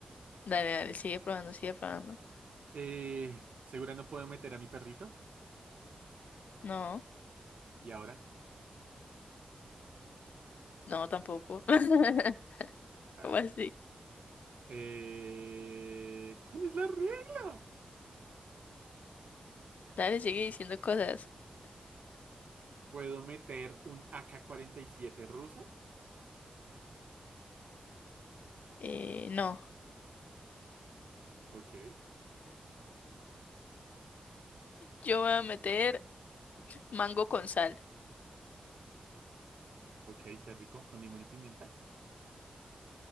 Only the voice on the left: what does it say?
Dale, dale, sigue probando, sigue probando.
No,
no, tampoco. <laughs>
¿Cómo
así?
Dale, sigue diciendo cosas.
Eh, no,
yo voy a meter mango con sal.